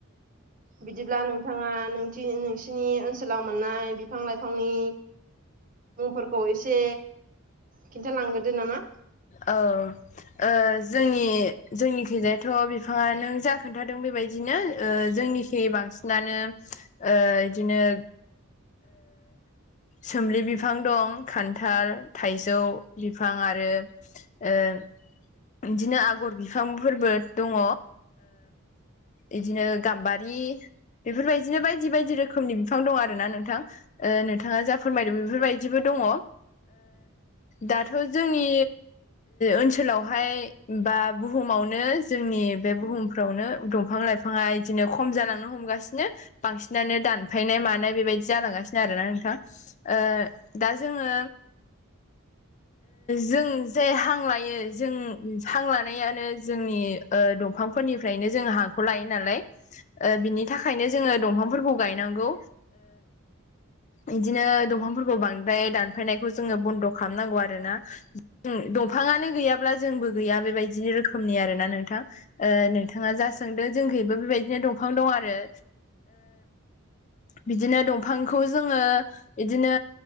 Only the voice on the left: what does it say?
औ जोंनि जोंनिखैजायथ' बिफाङा नों जा खोन्थादों बेबायदिनो जोंनि खि बांसिनानो बिदिनो सोमलि बिफां दं खान्थाल थाइजौ बिफां आरो बिदिनो आगर बिफांफोरबो दंङ बिदिनो गाम्बारि बेफोरबायदिनो बायदि बायदि रोखोमनि बिफां दं आर ना नोंथां। नोंथाङा जा फोरमायदों बेफोरबायदिबो दंङ दाथ' जोंनि ओनसोलाव ओमफ्राय बा बुहुमावनो जोंनि बे बुहुमखौनो दंफां लाइफां बिफाङा बिदिनो खम जालांनो हमगासिनो बांसिनानो दानफायनाय मानाय बेबायदि जालांगासिनो आरोोना नोंथाङा ओ दा जोङो जों जे हां लायो जों सां लानायानो जोंनि दंफांफोरनिफ्रायनो जों हा खौ लायो नालाय बिनि थाखायनो जोंङो दंफांफोरखौ गायनांगौ इदिनो दंफांफोरखौ बांद्राय दानफायनायखौ जोंङो बन्द' खालामनांगौ आरो ना दंफाङानो गैयाब्ला जोंबो गैया बेबायदि रोखोमनि आरोना नोंथां नोंथाङा जा सोंदो जोंहबो बेबायदिनो दंफां दं आरो बिदिनो दंफांखौ जोंङो बिदिनो